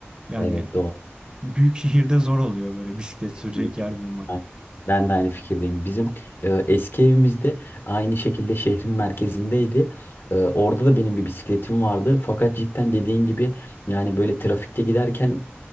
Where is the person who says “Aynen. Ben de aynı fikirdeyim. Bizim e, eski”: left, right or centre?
Left